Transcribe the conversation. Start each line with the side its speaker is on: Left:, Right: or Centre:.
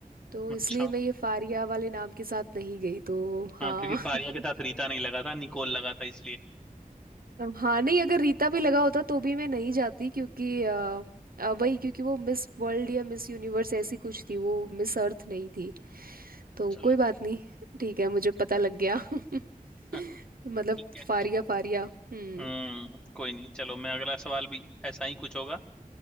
Right: तो
Centre: अच्छा
Right: इसलिए मैं ये फारिया वाले नाम के साथ नहीं गई तो हाँ
Centre: हाँ क्योंकि फारिया
Right: <laughs>
Centre: के साथ रीता नहीं लगा था निकोल लगा था इसलिए
Right: अ, हाँ नहीं अगर रीता भी लगा होता तो भी मैं नहीं जाती क्योंकि अ, अ, वही क्योंकि वो मिस वर्ल्ड या मिस यूनिवर्स ऐसी कुछ थी वो मिस अर्थ नहीं थी तो
Centre: चलो
Right: कोई बात नहीं ठीक है मुझे पता लग गया <laughs>
Centre: हाँ,
Right: मतलब
Centre: ठीक है
Right: फारिया फारिया हम्म
Centre: हम्म कोई नहीं चलो मैं अगला सवाल भी ऐसा ही कुछ होगा